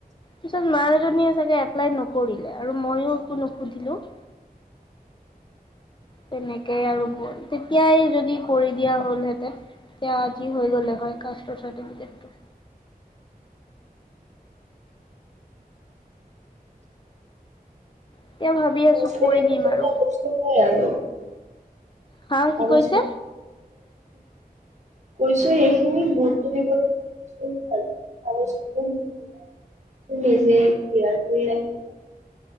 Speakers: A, on the left; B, on the right.
A: পিছত মানুহজনীয়ে চাগে এপ্লাই নকৰিলে আৰু ময়ো একো নুসুধিলো। <inaudible> তেনেকেই আৰু গ'ল তেতিয়াই যদি কৰি দিয়া হ'লহেঁতেন। এতিয়া আজি হৈ গ'লে হয় কাষ্টৰ চাৰ্টিফিকেতটো। এতিয়া ভাবি
B: <unintelligible>
A: আছো কৰি
B: এটা
A: দিম আৰু
B: বস্তু হয় আৰু।
A: হা কি
B: কাগজ
A: কৈছে?
B: কৈছোঁ, এইখিনি গুৰুত্ব দিব কিছ ভাল কাগজ পত্ৰ ত' নিজে কিয়াৰ কৰি ৰাখিব।